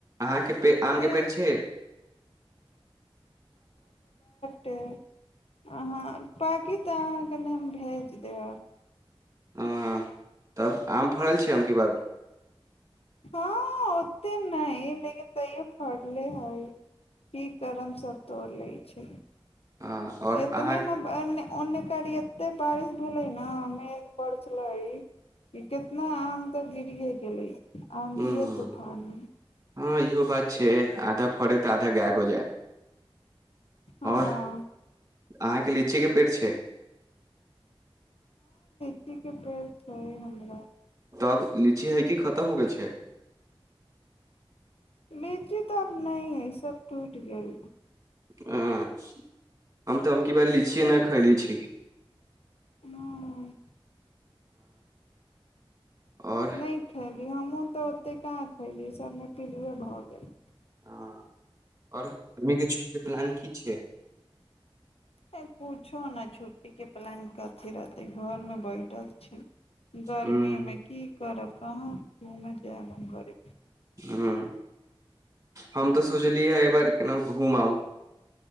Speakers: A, on the right (about 30°); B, on the left (about 85°).
A: अहाँक आम
B: से
A: के पेड़ छै
B: ते अहाँ पाकी तऽ अहाँ कनि हम भेज देब
A: हँ तब आम फड़ल छियै अब की बार
B: हँ ओते नहि लेकिन तैयो फड़ले हइ की करमसभ तोड़ि लै छै
A: आओर
B: इतने
A: अहाँ
B: न एने ओने काल्हि एते बारिश भेलै ने मेघ पड़ छललै कि कितना आम तऽ गिरे गेलै आंधिये
A: हूँ
B: तूफानमे
A: हँ इहो बात छै आधा फड़े तऽ आधा गायब हो जाय
B: हँ
A: आओर अहाँके लीचीके पेड़ छै
B: लीचीके पेड़ छै हमरा
A: तब लीची हाइकी खतम हो गेल छै
B: लीची तऽ आब नहि हइसभ टुटि गेल
A: हँ हम तऽ हम की बार लीचिए नहि खयली छी
B: हं
A: आओर
B: नहि ख लेकिन हमहूँ तऽ ओतेक कहां खयली सभमे पिलुए भऽ गेल
A: हँ आओर मीके छुट्टीके प्लान की छै
B: कुछो ने छुट्टी के प्लान कथी रहते घरमे बैठल छी गर्मीमे
A: हूं
B: की करब कहाँ घूम जय म गरी
A: हुं हम तऽ सोचलियै हं ए बार केनो घुम आउ